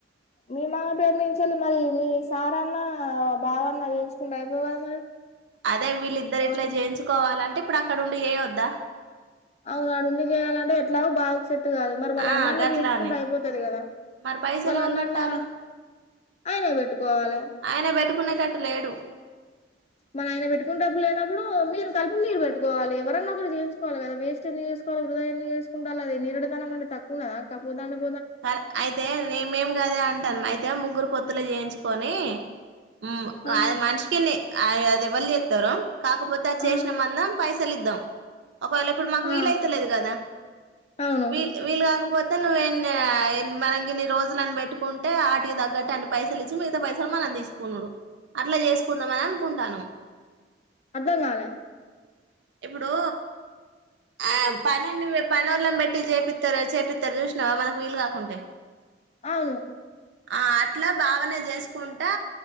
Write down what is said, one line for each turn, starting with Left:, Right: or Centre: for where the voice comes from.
Left: మీ మామ పేరు నుంచిళ్ళి మరి నీ సార అన్నా బావన్న చేేయించుకుంటే అయిపోయి కదా మరి
Right: అదే వీళ్ళిద్దరు
Left: ఎవరన్నా
Right: ఇట్ల జేయించుకోవాలంటే ఇప్పుడక్కడున్డి ఏయోద్దా
Left: అవునాడుండి జేయాలంటే ఎట్లాగో బాగు సెట్ త్తు గాదు మరి వాళ్ళన్నన్న
Right: ఆ గట్లానే
Left: జీయించుకుంటె అయిపోతాది గదా
Right: మరి పైసలు
Left: వాళ్ళన్నన్న
Right: ఎవలు పెట్టాలి
Left: ఆయనే వెట్టుకోవాలే
Right: ఆయన పెట్టుకునేటట్టు లేడు
Left: మనాయన పెట్టుకుంటప్పు లేనప్పుడు మీరు కలిపు మీరు పెట్టుకోవాలి ఎవరన్నా ఒకరు జేయించుకోవాలె గదా వేస్ట్ ఎందు జేసుగోవాల వృధా ఎందుకు జేసుకుంటాళ్ళు అది నీరెడిధనం ఉండి తక్కువ కద కాపోతే దాం
Right: <unintelligible> అయితే నేమేం గదే అంటాను అయితే ముగ్గురు పొత్తులో జేయించుకొని మ్మ్
Left: ఆ
Right: ఆద్ మనిషికిన్ని ఆయ్ అదెవ్వళ్ళు జేత్తారు కాకపోతే అది
Left: ఆ
Right: చేసిన మందం పైసలిద్దాం ఒకవేళ ఇప్పుడు మాకు
Left: ఆ
Right: వీలయితలేదు కదా
Left: అవును
Right: వీ వీలు కాకపోత్ త నువ్వే న్ ఆయన్ మనం గిన్ని రోజులన్ బెట్టుకుంటే ఆటికి తగ్గట్టు అన్ని పైసలిచ్చి మిగతా పైసలు మనం తీసుకునుడు అట్లా చేసుకుందాం అని అనుకుంటాన్నాం.
Left: అర్ధం గాల
Right: ఇప్పుడు ఆ పనోన్ని వే పనోళ్ళలన్ బెట్టి జేపిత్తారు చేపిత్తరు చూసినావా మనకు వీలు గాకుంటే
Left: అవును
Right: ఆ అట్లా బావనే చేసుకుంటా